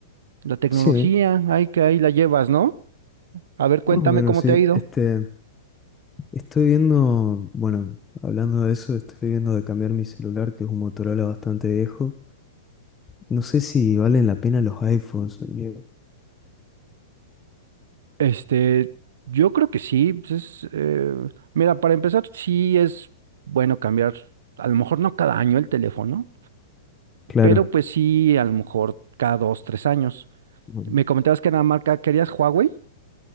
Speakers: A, on the right; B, on the left.
A: la tecnología,
B: sí,
A: ahí que ahí la llevas, ¿no? A ver, cuéntame
B: más o menos,
A: cómo
B: sí.
A: te ha ido.
B: Este, Estoy viendo, bueno, hablando de eso, estoy viendo de cambiar mi celular, que es un Motorola bastante viejo. No sé si valen la pena los iPhones. eh,
A: Este, yo creo que sí. pues es, eh, mira, para empezar, sí es bueno cambiar, a lo mejor no cada año el teléfono,
B: Claro.
A: pero pues sí, a lo mejor cada dos, tres años.
B: No,
A: Me comentabas que era marca, ¿querías Huawei?